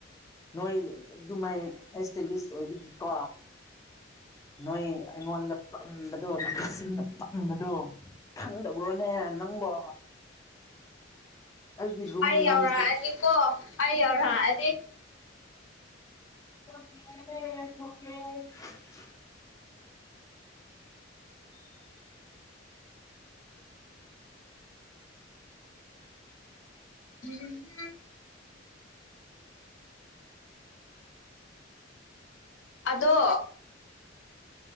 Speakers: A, on the left; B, on the left.
A: ꯅꯣꯏ ꯑꯗꯨꯃꯥꯏ ꯑꯩꯁꯇ ꯂꯤꯁ ꯑꯣꯏꯕꯒꯤꯀꯣ꯫ ꯅꯣꯏ ꯑꯩꯉꯣꯟꯗ ꯄꯝꯕꯗꯣ ꯅꯨꯄꯤꯁꯤꯡꯗ ꯄꯝꯕꯗꯣ꯫ ꯈꯪꯗꯕ꯭ꯔꯣꯅꯦ ꯅꯪꯕꯣ꯫ ꯑꯩꯒꯤ ꯔꯨꯝ
B: ꯑꯩ
A: ꯃꯅꯝꯁꯦ
B: ꯌꯧꯔꯛꯑꯅꯤꯀꯣ ꯑꯩ ꯌꯧꯔꯛꯑꯅꯤ꯫
A: <unintelligible>
B: <unintelligible> ꯑꯗꯣ꯫